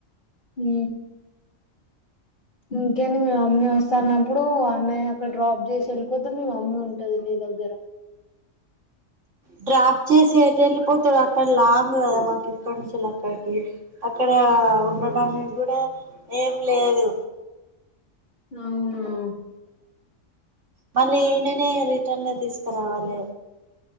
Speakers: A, on the left; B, on the right.
A: ఊ ఇంకేంది మీ మమ్మీ వస్తన్నప్పుడు అన్నయ్య అక్కడ డ్రాప్ చేసి వెళ్ళిపోతే మీ మమ్మీ ఉంటది నీ దగ్గర
B: డ్రాప్ చేసి ఎటు వెళ్ళిపోతడు అక్కడ లాంగ్ కదా మాకు ఇక్కడ నుంచి అక్కడికి అక్కడ ఆ ఉండడానికి కూడా ఏం లేదు
A: అవునా
B: మళ్ళీ ఈననే రిటర్న్ ల తీసుకురావాలే